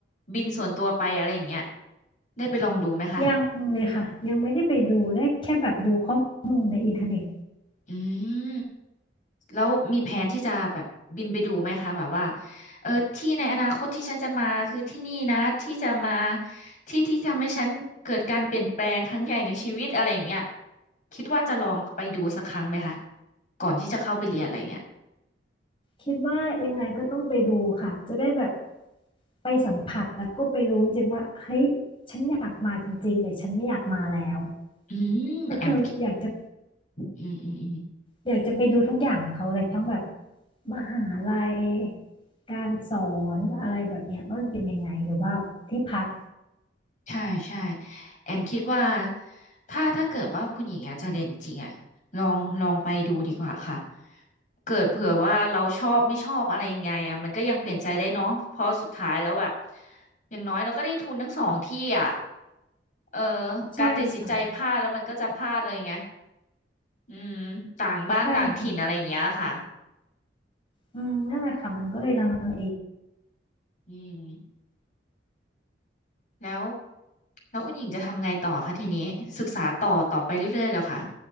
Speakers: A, on the left; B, on the left.
A: บินส่วนตัวไปอะไรอย่างเงี้ยได้ไปลองดูไหมคะ
B: ยังเลยค่ะยังไม่ได้ไปดูได้แค่แบบดูข้อมูลในอินเทอร์เน็ต
A: อืมแล้วมีแผนที่จะแบบบินไปดูไหมคะแบบว่าเออที่ในอนาคตที่ฉันจะมาคือที่นี่นะที่จะมาที่ที่ทำให้ฉันเกิดการเปลี่ยนแปลงครั้งใหญ่ในชีวิตอะไรอย่างเงี้ยคิดว่าจะลองไปดูสักครั้งไหมคะก่อนที่จะเข้าไปเรียนอะไรอย่างเงี้ย
B: คิดว่ายังไงก็ต้องไปดูค่ะจะได้แบบไปสัมผัสแล้วก็ไปรู้จริงๆว่าเฮ้ยฉันอยากมาจริงๆเนี่ยฉันไม่อยากมาแล้ว
A: อืมแอม
B: ก็คืออยากจะ
A: อืมอืมอืม
B: อยากจะไปดูทุกอย่างของเขาเลยทั้งแบบมหาลัยการสอนอะไรแบบเนี้ยว่ามันเป็นยังไงหรือว่าที่พัก
A: ใช่ใช่แอมคิดว่าถ้าถ้าเกิดว่าคุณหญิงอยากจะเรียนจริงๆอ่ะลองลองไปดูดีกว่าค่ะเกิดเผื่อว่าเราชอบไม่ชอบอะไรยังไงอ่ะมันก็ยังเปลี่ยนใจได้เนาะเพราะสุดท้ายแล้วแบบอย่างน้อยเราก็ได้ทุนทั้งสองที่อ่ะเออ
B: ใช่ค่ะ
A: การตัดสินใจพลาดแล้วมันก็จะพลาดเลยไงอืมต่างบ้านต่างถิ่นอะไรอย่างเงี้ยค่ะ
B: ใช่ค่ะอืมนั่นแหละค่ะมันก็เลยลังเล
A: อืมแล้วแล้วคุณหญิงจะทำไงต่อคะทีนี้ศึกษาต่อต่อไปเรื่อยๆแล้วค่ะ